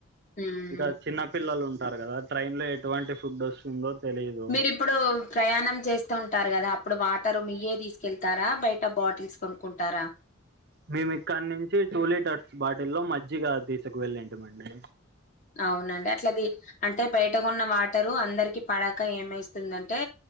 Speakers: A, on the left; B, on the right.
A: మ్మ్
B: ఇంకా చిన్న పిల్లలు ఉంటారు కదా ట్రైన్ లో ఎటువంటి ఫుడ్ వస్తుందో తెలియదు
A: మీరిప్పుడు ప్రయాణం చేస్తూ ఉంటారు కదా అప్పుడు వాటరు మీ ఇంటియే తీసుకెళ్తారా బయట బాటిల్స్ కొనుకుంటారా
B: మేమి ఇక్కడి నుంచి టూ లీటర్స్ బాటిల్లో మజ్జిగ తీసుకు వెళ్ళంటమండి
A: అవునండి అట్లది అంటే బయటకున్న వాటరు అందరికి పడక ఏమేస్తుందంటే